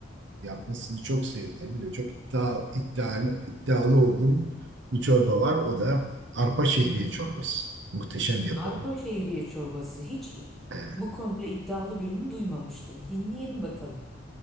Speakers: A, on the right; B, in the centre.
A: yapmasını çok sevdiğim ve çok iddia, iddialı, iddialı olduğum bir çorba var. O da arpa şehriye çorbası. Muhteşem yaparım.
B: Arpa şehriye çorbası. Hiç i-
A: Evet.
B: bu konuda iddialı birini duymamıştım. Dinleyelim bakalım.